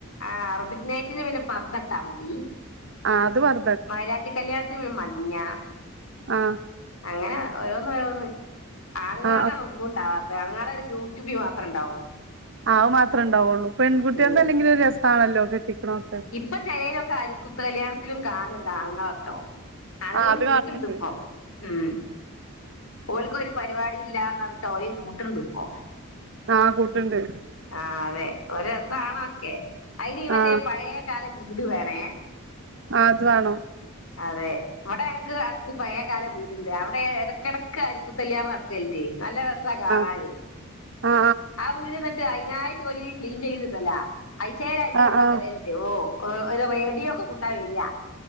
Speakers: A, on the left; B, on the right.
A: ആഹ്, അറബിക് നൈറ്റിന് പിന്നെ പർതട്ടാ മതി.
B: ആഹ് അത് പറ
A: മൈലാഞ്ചി കല്യാത്തിന് പിന്നെ മഞ്ഞ.
B: ആ
A: അങ്ങനെ ഓരോന്ന്, ഓരോന്ന്, ആണുങ്ങളേടാണ്
B: ആ
A: ഒന്നും ണ്ടാവാത്ത് ആണുങ്ങളോടൊരു ഗ്രൂമ് റ്റു ബി മാത്രണ്ടാവും.
B: ആഹാ അഹ് മാത്രേണ്ടാവെള്ളൂ. പെൺകുട്ട്യാൾതെല്ലെങ്കിലൊര്
A: ഉം
B: രെസാണല്ലോ. കെട്ടിക്ക്ണതൊക്കെ
A: ഇപ്പൊ ചെലെയ്ലൊക്കെ ആരിക്കുത്ത് കല്യാണത്തിലും, കാണുന്നുണ്ട് ആണുങ്ങളട്ടോ. ആണ്ങ്ങളിം
B: ആ അത്
A: കൂട്ട്ണ്ട്
B: കാണണ്ട്
A: പ്പോ ഉം. ഓൽക്കൊര് പരിപാടി ഇല്ലാന്നർഞ്ഞിട്ട് ഓലിം കൂട്ട്ണ്ട് പ്പോ.
B: ആഹ് കൂട്ട്ണ്ട്.
A: ആഹ് വെ ഒര് രെസാണൊക്കെ, അയ്നീ മറ്റേ,
B: ആ
A: പഴെകാല വീട് വേണേ.
B: ആഹ് അത് വാണം
A: അതെ, ഇവിടെ ഞങ്ങ്ക്ക് അട്ത്ത് പഴെകാല വീട്ണ്ട് അവടെ ഏതൊ എടകെടക്ക് അരിക്കുത്ത് കല്യാണം നട്ക്കല്ണ്ട്. നല്ല രെസാ കാണാന്.
B: ആ ആ
A: ആഹ് വീട് ന്നിട്ട് ന്നെട്ട് അയിനായിട്ട് ഓല് ക്ലീൻ ചെയ്തിടലാ, അയ്ച്ചേല്, ആയ്ച്ചേല്
B: ആ ആ
A: അവടെ
B: ആ
A: വെരല്ണ്ട് ഓഹ്, ഒരു റേഡിയോ ഒക്കെ കൊണ്ടാ വെര്യ